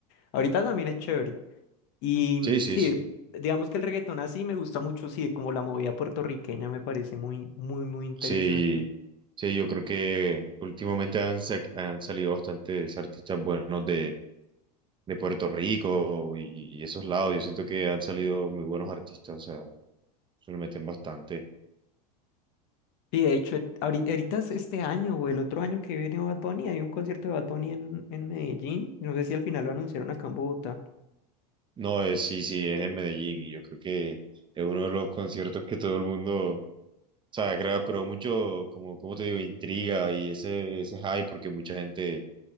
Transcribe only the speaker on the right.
sí, sí,
sí.
Sí, sí, yo creo que últimamente han, sa- han salido bastantes artistas buenos de, de Puerto Rico y, y esos lados. Yo siento que han salido muy buenos artistas, o sea, se lo meten bastante.
No, es, sí, sí, es en Medellín y yo creo que es uno de los conciertos que todo el mundo O sea, creo, creo mucho, como, como te digo, intriga y ese, ese hype, porque mucha gente